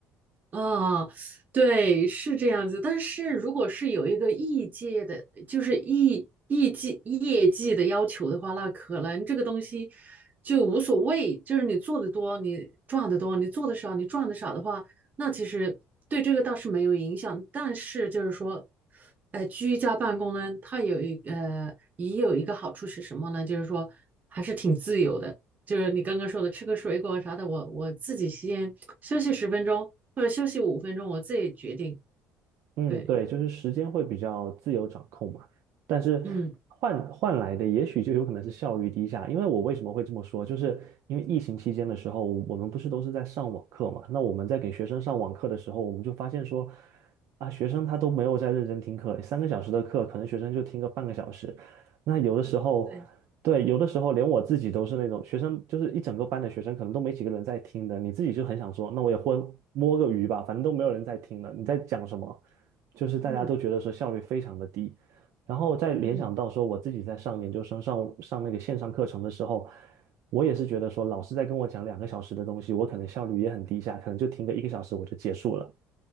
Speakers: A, on the right (about 35°); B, on the right (about 65°).
A: 啊，对，是这样子。但是如果是有一个业界的，就是业业绩业绩的要求的话，那可能这个东西就无所谓。就是你做的多，你赚的多；你做的少，你赚的少的话，那其实对这个倒是没有影响。但是就是说，呃，居家办公呢，它有一呃也有一个好处是什么呢？就是说还是挺自由的。就是你刚刚说的吃个水果啥的，我我自己先休息十分钟或者休息五分钟，我自己决定。
B: 嗯，
A: 对，
B: 对，就是时间会比较自由掌控嘛，但是换换来的也许就有可能是效率低下。
A: 嗯，
B: 因为我为什么会这么说，就是因为疫情期间的时候，我们不是都是在上网课嘛？那我们在给学生上网课的时候，我们就发现说，啊，学生他都没有在认真听课，三个小时的课，可能学生就听个半个小时。那有的时候，
A: 对，
B: 对，有的时候连我自己都是那种学生，就是一整个班的学生，可能都没几个人在听的，你自己就很想说，那我也混摸个鱼吧，反正都没有人在听了，你在讲什么？就是大家都觉得说效率非常的低，
A: 嗯
B: 然后再联想到说我自己在上研究生上上那个线上课程的时候，
A: 嗯
B: 我也是觉得说老师在跟我讲两个小时的东西，我可能效率也很低下，可能就听个一个小时我就结束了。